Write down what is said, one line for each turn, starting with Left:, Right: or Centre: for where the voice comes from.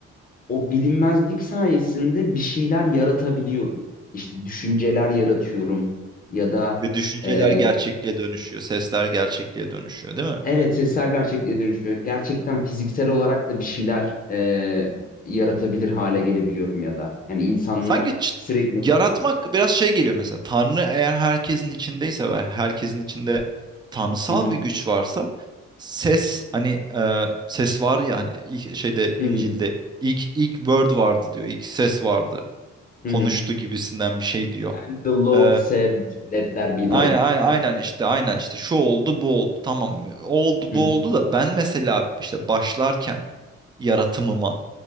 Left: o bilinmezlik sayesinde bir şeyler yaratabiliyorum. İşte düşünceler yaratıyorum ya da
Right: Ve düşünceler
Left: e,
Right: gerçekliğe dönüşüyor, sesler gerçekliğe dönüşüyor, değil mi?
Left: evet sesler gerçekliğe dönüşüyor. Gerçekten fiziksel olarak da bir şeyler e, yaratabilir hale gelebiliyorum ya da. Yani insanlar
Right: Sanki çı-
Left: sürekli
Right: yaratmak biraz şey geliyor mesela. Tanrı eğer herkesin içindeyse ve herkesin içinde tanrısal
Left: hı hı,
Right: bir güç varsa ses hani e, ses var ya hani ilk şeyde İncil'de
Left: hı hı,
Right: ilk ilk word vardı diyor. ilk ses vardı.
Left: hı
Right: Konuştu
Left: hı.
Right: gibisinden bir şey diyor.
Left: And the Lord
Right: E,
Left: said, let there be light.
Right: aynen aynen aynen işte aynen işte şu oldu bu oldu tamam oldu
Left: Hı
Right: bu
Left: hı,
Right: oldu da ben mesela işte başlarken yaratımıma